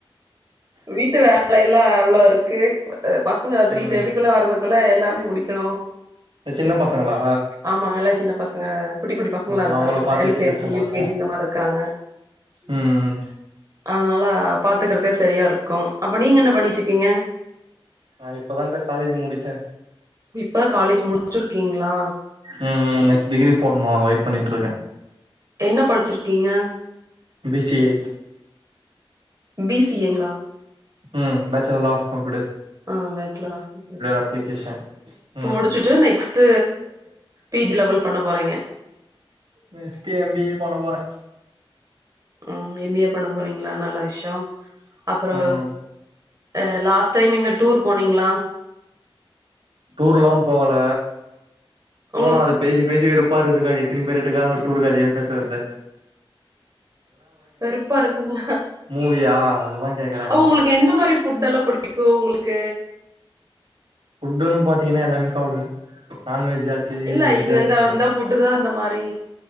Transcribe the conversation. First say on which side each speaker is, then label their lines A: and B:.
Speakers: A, on the right (about 40°); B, on the right (about 75°).
A: வீட்டு வே வேலையெல்ல எவ்ளோ இருக்கு பசங்க த்ரீ
B: ம்
A: தேட்டிக்குள்ள வர்றதுக்குள்ள எல்லாமே முடிக்கணு
B: சின்ன பசங்களா
A: ஆமாங்க எல்லா சின்ன பசங்க குட்டி குட்டி பசங்களா
B: ம்
A: இருக்காங்க
B: அவங்கள பாத்துக்கிட்டே
A: எல்கேஜி
B: கஷ்டமா
A: யுகேஜி
B: இருக்கு
A: இந்த மாரி இருக்கறாங்க
B: ம்
A: அதனால பாத்துக்கறக்கே சரியா இருக்கு அப்ப நீங்க என்ன பண்ணிட்டு இருக்கீங்க
B: ஆ இப்பதான்கா காலேஜ் முடிச்ச
A: இப்ப காலேஜ் முடிச்சிருக்கீங்களா
B: ம் நெக்ஸ்ட் டிகிரி போட்ணு வெயிட் பண்ணிட்டு இருக்க
A: என்ன படிச்சிருக்கீங்க
B: பி சி ஏ
A: பிசிஏங்களா
B: ம் பேச்சுலர் ஆஃப் கம்
A: ஆ பேச்சுலர் ஆஃப் கம்
B: அப்ளிகேஷன்
A: இப்ப
B: ம்
A: முடிச்சுட்டு நெக்ஸ்ட் பிஜி லெவல் பண்ண போறீங்க
B: நெக்ஸ்ட் எம்பிஏ பண்ண போற
A: ம் எம் பி ஏ பண்ண போறீங்களா நல்ல விஷய அப்பற
B: ம்
A: அ லாஸ்ட் டைம் இங்க டூர் போனீங்ளா
B: டூர்ல்லா போகல
A: உங்களுக்கு
B: மூணா அத பேசி பேசி ப்பா இருக்குதுக்கா எத்தினி பேருகிட்ட டூர் கதயே பேசறது
A: வெறுப்பா இருக்குங்க
B: மூவியா அததா கேக்குறாங்க
A: ஆ உங்களுக்கு எந்த மாதிரி ஃபுட் எல்லா புடிக்கு உங்களுக் க
B: ஃபுட்ன்னு பாத்தீங்கன்னா எல்லாமே சாப்புடுவே நான்வெஜ் ஆச்சு
A: இல்ல
B: வெஜ்
A: இது
B: ஆச்சு
A: இந்த
B: எல்லா
A: இந்த ஃபுட்டு தா இந்த மாரி